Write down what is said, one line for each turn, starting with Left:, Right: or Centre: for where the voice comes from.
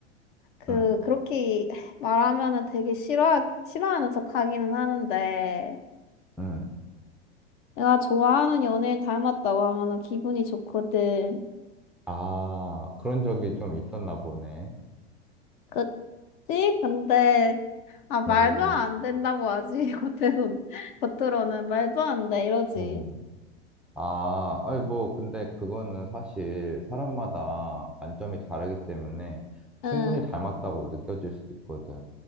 Left: 그
Centre: 음,
Left: 그렇게 말하면은 되게 싫어 싫어하는 척하기는 하는데
Centre: 음.
Left: 내가 좋아하는 연예인 닮았다고 하면은 기분이 좋거든.
Centre: 아, 그런 적이 좀 있었나 보네.
Left: 그 지 근데 아 말도
Centre: 오,
Left: 안 된다고 하지 <laughs> 겉에선 겉으로는 말도 안 돼 이러지
Centre: 음. 아, 아니, 뭐, 근데 그거는 사실 사람마다 관점이 다르기 때문에 충분히
Left: 응
Centre: 닮았다고 느껴질 수도 있거든.